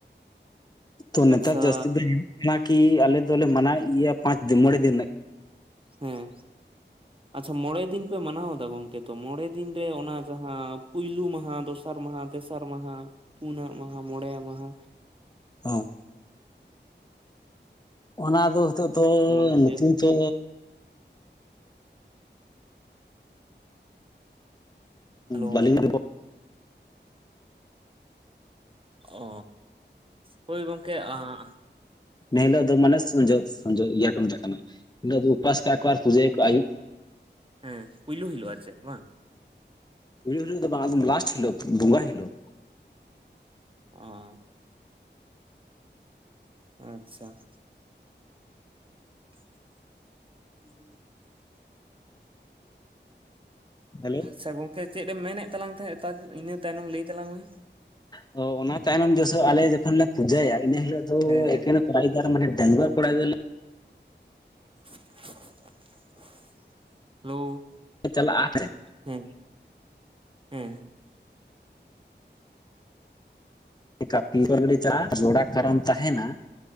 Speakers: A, on the left; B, on the right.
A: ᱛᱚ ᱱᱮᱛᱟᱨ
B: ᱟᱪᱪᱷᱟ
A: ᱡᱟᱹᱥᱛᱤ ᱫᱚ ᱧᱮᱞᱚᱜ ᱠᱟᱱᱟ ᱠᱤ ᱟᱞᱮ ᱫᱚᱞᱮ ᱢᱟᱱᱟᱣᱮᱫ ᱜᱮᱭᱟ ᱯᱟᱸᱪ ᱫᱤᱱ ᱢᱚᱬᱮ ᱫᱤᱱ ᱨᱮᱱᱟᱜ᱾
B: ᱦᱮᱸ ᱟᱪᱪᱷᱟ ᱢᱚᱬᱮ ᱫᱤᱱ ᱯᱮ ᱢᱟᱱᱟᱣ ᱮᱫᱟ ᱜᱚᱝᱠᱮ ᱛᱚ ᱢᱚᱬᱮ ᱫᱤᱱ ᱢᱚᱲᱮ ᱫᱤᱱ ᱨᱮ ᱚᱱᱟ ᱡᱟᱦᱟᱸ ᱯᱩᱭᱞᱩ ᱢᱟᱦᱟ ᱫᱚᱥᱟᱨ ᱢᱟᱦᱟ ᱛᱮᱥᱟᱨ ᱢᱟᱦᱟ ᱯᱩᱱᱟᱜ ᱢᱟᱦᱟ ᱢᱚᱬᱮ ᱢᱟᱦᱟ ᱢᱟᱦᱟ
A: ᱦᱮᱸ ᱚᱱᱟ ᱫᱚ ᱦᱤᱛᱚᱜ ᱫᱚ
B: ᱮᱢᱚᱱ
A: ᱧᱩᱛᱩᱢ
B: ᱜᱮ
A: ᱛᱚ
B: ᱦᱮᱞᱳ
A: ᱵᱟᱹᱞᱤᱧ <unintelligible>
B: ᱚ ᱦᱳᱭ ᱜᱚᱢᱠᱮ <unintelligible>
A: ᱮᱱᱦᱤᱞᱳᱜ ᱢᱟᱱᱮ ᱥᱚᱧᱡᱳᱜ ᱥᱚᱧᱡᱚᱜ ᱤᱭᱟᱹ ᱠᱚ ᱢᱮᱛᱟᱜ ᱠᱟᱱᱟ ᱫᱚ ᱩᱯᱟᱹᱥ ᱠᱟᱜᱼᱟ ᱠᱚ ᱟᱨ ᱯᱩᱡᱟᱹᱭᱟᱠᱚ ᱟᱹᱭᱩᱵ᱾ <inaudible>
B: ᱦᱮᱸ ᱯᱩᱭᱞᱳ ᱦᱤᱞᱳ ᱟᱨ ᱪᱮ ᱵᱟᱝ?
A: ᱯᱩᱭᱞᱩ ᱦᱤᱞᱳᱜ ᱫᱚ ᱵᱟᱝ ᱟ ᱞᱟᱥᱴ ᱦᱤᱞᱳᱜ ᱵᱚᱸᱜᱟ ᱦᱤᱞᱳᱜ᱾
B: ᱚ ᱟᱪᱪᱷᱟ ᱦᱩᱸ
A: ᱦᱮᱞᱳ
B: ᱦᱮ ᱜᱚᱢᱠᱮ ᱪᱮᱫ ᱮᱢ ᱢᱮᱱᱮᱫ ᱛᱟᱞᱟᱝ ᱛᱟᱦᱮᱸᱜ ᱤᱱᱟᱹ ᱛᱟᱭᱱᱚᱢ ᱞᱟᱹᱭ ᱛᱟᱞᱟᱝ ᱢᱮ᱾
A: ᱚ ᱚᱱᱟᱛᱮ ᱟᱞᱮ ᱡᱚᱠᱷᱚᱱ ᱞᱮ ᱯᱩᱡᱟᱭᱟ ᱤᱱᱟᱹ ᱦᱤᱞᱳᱜ ᱫᱚ
B: ᱦᱮᱸ ᱦᱮᱸ
A: ᱮᱠᱮᱱ ᱠᱚᱲ ᱜᱤᱫᱽᱨᱟᱹ ᱢᱟᱱᱮ ᱰᱟᱹᱝᱜᱩᱣᱟᱹ ᱠᱚᱲᱟ ᱜᱤᱫᱟᱹᱨ
B: <unintelligible> ᱦᱮᱞᱳ
A: ᱞᱮ ᱪᱟᱞᱟᱜᱼᱟ
B: ᱦᱮᱸ ᱦᱮᱸ
A: ᱯᱤ <unintelligible> ᱜᱟᱹᱰᱤ ᱪᱟᱞ ᱡᱚᱲᱟ ᱠᱟᱨᱚᱱ ᱛᱟᱦᱮᱱᱟ